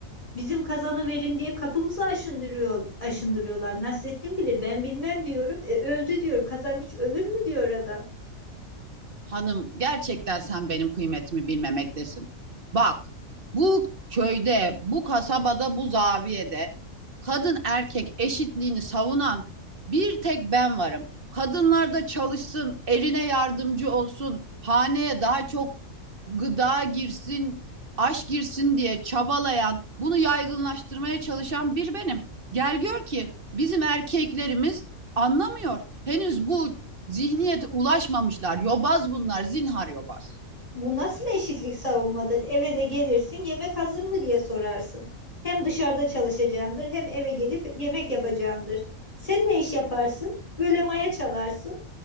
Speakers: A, on the left; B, on the right.
A: Bizim kazanı verin diye kapımızı aşındırıyor, aşındırıyorlar. Nasrettin bilir ben bilmem diyorum. E, öldü diyor. Kazan hiç ölür mü diyor adam.
B: Hanım gerçekten sen benim kıymetimi bilmemektesin. Bak bu köyde, bu kasabada, bu zaviyede kadın erkek eşitliğini savunan bir tek ben varım. Kadınlar da çalışsın, erine yardımcı olsun, haneye daha çok gıda girsin, aşk girsin diye çabalayan, bunu yaygınlaştırmaya çalışan bir benim. Gel gör ki bizim erkeklerimiz anlamıyor. Henüz bu zihniyete ulaşmamışlar. Yobaz bunlar, zinhar yobaz.
A: Bu nasıl eşitlik savunmadır? Eve de gelirsin yemek hazır mı diye sorarsın. Hem dışarıda çalışacağındır hem eve gelip yemek yapacağındır. Sen ne iş yaparsın? Göle maya çalarsın.